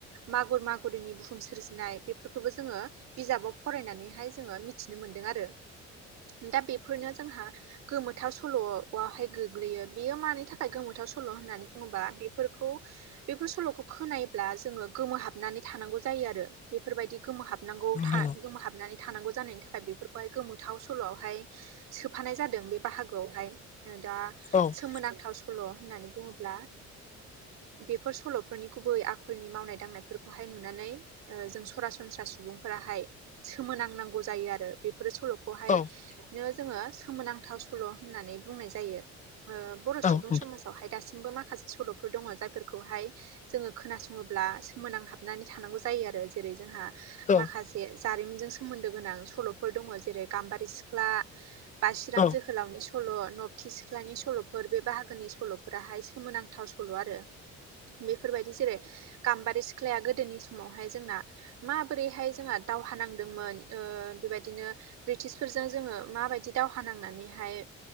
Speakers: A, on the right; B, on the left.
A: मागुर मागुरिनि बुहुम सोरजिनाय बेफोरखौबो जोङो बिजाबाव फरायनानैहाय जोङो मिथिनो मोन्दों आरो दा बेफोरनो जोंहा गोमोथाव सल'आववहाय गोग्लैयो बेयो मानि थाखाय गोमोथाव स' सल' होननानै बुङोबा बेफोरखौ बेफोर सल'खौ खोनायोब्ला जोङो गोमोहाबनानै थानांगौ जायो आरो बेफोरबायदि गोमोहाबनांगौ
B: औ
A: गोो हाबनानै थानांगौ जानायनि थाखाय बेफोरखौहाय गोमोथाव सल'हाय सोफानाय जादों बे बागो हाय दा
B: औ
A: सोमोनांथाव
B: नोंथां
A: सल' होननानै बुङोब्ला बेफोर सल'फोरनि गुबै आखलनि मावनाय दांनायफोरखौहाय नुनानै जों सरासनस्रा सुबुं फोराहाय सोमोनांनांगौ जायो आरो बेफोर सल'खौहायनो
B: औ
A: जोङो सोमोनांथाव सल' होननानै बुंनाय जायो बर' सुबुं
B: औ
A: समाज वहाय दासिमबो माखासे सल'फोर दङ जायफोरखौहाय जोङो खोनासङोब्ला सोमोनांहाबनानै थानांगौ जायो आरो जेरै जोंहा
B: औ औ
A: माखासे जारिमिनजों सोमोन्दो गोनां सल'फोर दङ जेरै गाम्बारि सिख्ला बासििराम
B: औ
A: जोहोलावनि सल' नबथि सिख्लानि सल' फोर बे बाहागोनि सल'फोराहाय सोमोनांथाव सल' आरो बेफोरबायदि जेरै गाम्बारि सिख्लाया गोदोनि समावहाय जोंना मा बोरैहाय जोंहा दावहा नांदोंमोन बेबायदिनो ब्रिटिसफोरजों जोङो माबायदि दावहा नांनानैहाय